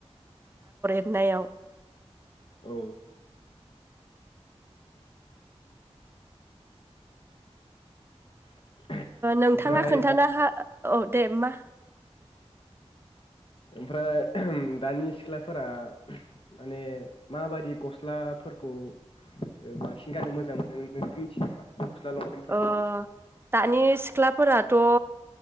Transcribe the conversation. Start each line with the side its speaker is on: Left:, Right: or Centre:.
Right: नायाव
Left: औ। <inaudible>
Right: नोंथाङा
Left: ओमफ्राय
Right: खोन्थानो
Left: दा
Right: हा औ दे मा।
Left: ओमफ्राय दानि सिख्लाफोरा माने माबादि गस्लाफोरखौ बांसिन गाननो मोजां मोनो नोंथाङा मिथियो नामा। गस्ला लंपेन्टफोरखौ
Right: अ दानि सिख्लाफोराथ' ओ